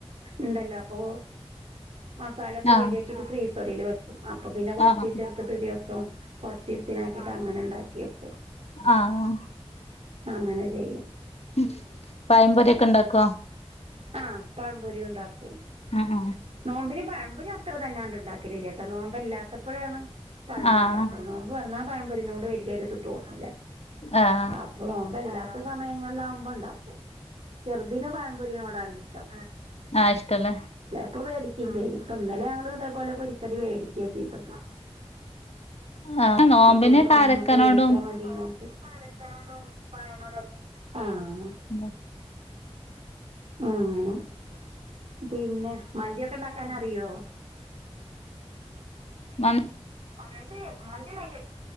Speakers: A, on the right; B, on the left.
A: ഉണ്ടല്ലോ അപ്പോ മസാലൊക്കെ
B: ആഹ്
A: റെഡിയാക്കീറ്റ് ഫ്രീസറില് വെക്കും അപ്പൊ പിന്നെ കൊറചീച്ചേ
B: ആഹ്
A: എടുത്തിട്ട് ദിവസം കൊറച്ചീസത്തിനാക്കിട്ട് അങ്ങനെ ണ്ടാക്കി വെക്കും
B: ആഹാ
A: അങ്ങനെ ചെയ്യും.
B: ഉം പയമ്പൊരിക്കൊ ഇണ്ടാക്കോ?
A: ആഹ പഴംപൊരി ഉണ്ടാക്കും.
B: ആഹ്
A: നോമ്പിനും പഴമ്പിനും അത്ര തന്നെണ്ട് ഇണ്ടാക്കലില്ല നോമ്പല്ലാത്തപ്പോഴാണ് പഴംമ്പൊരി
B: ആഹ് ആഹ്
A: ഉണ്ടാക്കുന്ന നോമ്പ് തൊറന്നാ പഴമ്പൊരിനോട് വലിയൊരുത് തോന്നൂല
B: ആഹ്
A: അപ്പൊ നോമ്പല്ലാത്ത സമയങ്ങളിലാവുമ്പോണ്ട <unintelligible> ചെറുതിന് പഴംപൊരിയോടാണ് ഇഷ്ടം
B: ആഹ് ഇഷ്ടല്ല
A: ഇപ്പൊ വേടിക്കയും ചെയ്യും ഇപ്പൊ ഇന്നലെ ഞങ്ങ ഇതേപോലെ പൊരിക്കടി വേടിക്കാ ചെയ്തത്
B: ആഹ് നോമ്പിന്
A: മക്കൾക്ക് സമൂസ
B: കാരക്കനോടും
A: മേടിച്ചാ മതിന്ന്ട്ട് <unintelligible> ആഹ്
B: ന്നാ
A: അങ്ങനെ പിന്നെ മന്തിയോകെ ണ്ടാക്കാനറിയോ
B: മന്
A: മന്തി മന്തിണ്ടാകി